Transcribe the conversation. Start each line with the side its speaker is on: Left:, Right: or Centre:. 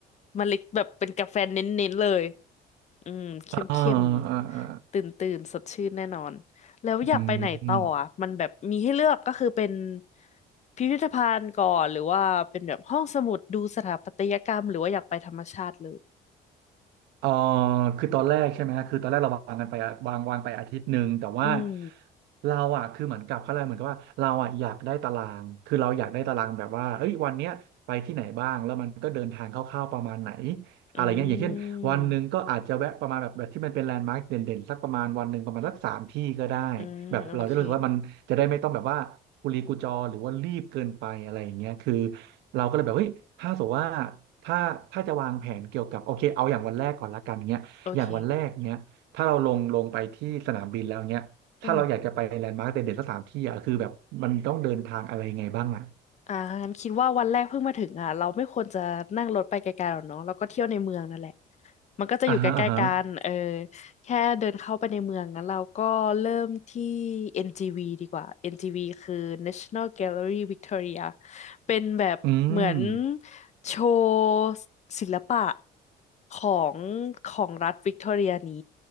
Left: มันเล็กแบบเป็นกาแฟเน้นๆเลย อืมเข้มเข้ม
Right: อ่าอ่าอ่า
Left: ตื่นตื่นๆสดชื่นแน่นอนแล้วอยากไปไหนต่ออ่ะมันแบบมีให้เลือกก็คือเป็น
Right: อืม
Left: พิพิธภัณฑ์ก่อนหรือว่าเป็นแบบห้องสมุดดูสถาปัตยกรรมหรือว่าอยากไปธรรมชาติเลย
Right: เอ่อคือตอนแรกใช่ไหมฮะคือตอนแรกเราวางกันไปอะวางวางไปอาทิตย์หนึ่งแต่ว่า
Left: อืม
Right: เราอ่ะคือเหมือนกับเขาเรียกเหมือนกับว่าเราอ่ะอยากได้ตารางคือเราอยากได้ตารางแบบว่าเอ้ยวันเนี้ยไปที่ไหนบ้างแล้วมันก็เดินทางคร่าวๆประมาณไหนอะไรเงี้ยอย่างเช่น
Left: อื
Right: วันหนึ่งก็อาจจะแวะประมาณแบบแบบที่มันเป็นแลนด์มาร์คเด่นๆสักประมาณวันหนึ่งประมาณสักสามที่ก็ได้
Left: มอืมโอเค
Right: แบบเราจะรู้สึกว่ามันจะได้ไม่ต้องแบบว่ากุลีกุจอหรือว่ารีบเกินไปอะไรอย่างเงี้ยคือเราก็เลยแบบเฮ้ยถ้าสมมติว่าถ้าถ้าจะวางแผนเกี่ยวกับโอเคเอาอย่างวันแรกก่อนละกันเงี้ยอย่างวันแรกเงี้ยถ้าเราลงลงไปที่สนามบินแล้วเงี้ยถ้าเราอยากจะไปแลนด์มาร์คเด่นๆสักสามที่อ่ะคือแบบมันต้องเดินทางอะไรยังไงบ้างอ่ะ
Left: โอเคอืมอ่างั้นคิดว่าวันแรกเพิ่งมาถึงอ่ะเราไม่ควรจะนั่งรถไปไกลๆหรอกเนาะแล้วก็เที่ยวในเมืองนั่นแหละ มันก็จะอยู่ใกล้ๆกันเออ
Right: อ่าฮะอ่าฮะ
Left: แค่เดินเข้าไปในเมืองงั้นเราก็เริ่มที่ NGV ดีกว่า NGV คือ National Gallery Victoria เป็นแบบเหมือน
Right: อืม
Left: โชว์ศิลปะของของรัฐวิกตอเรียนี้